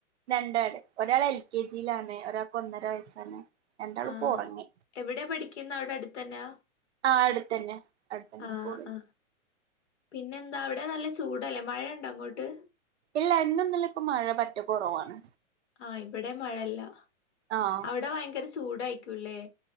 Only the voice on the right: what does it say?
രണ്ടാട് ഒരാൾ എൽ കെ ജി ജിലാണ് ഒരാക്ക് ഒന്നര വയസ്സാണ് രണ്ടാളും
ഇപ്പോ ഉറങ്ങി
ആ അടുത്തന്നെ അടുത്തന്നെ
സ്കൂളിൽ
ഇല്ല എന്നന്നും ഇല്ല മഴ പറ്റെ കൊറവാണ്
ആഹ്